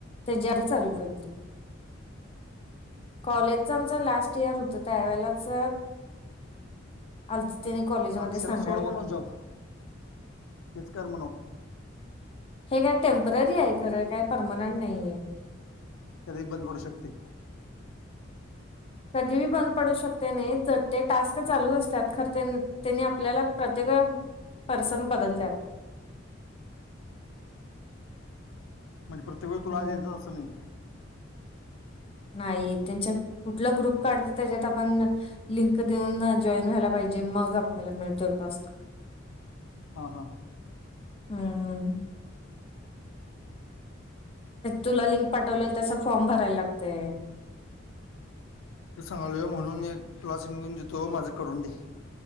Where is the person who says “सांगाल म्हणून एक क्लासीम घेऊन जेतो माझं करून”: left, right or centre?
Left